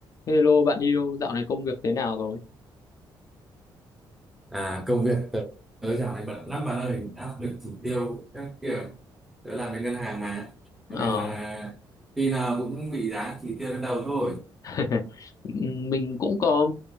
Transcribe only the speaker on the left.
Hello bạn yêu, dạo này công việc thế nào rồi?
Ờ,
<laughs> mình cũng có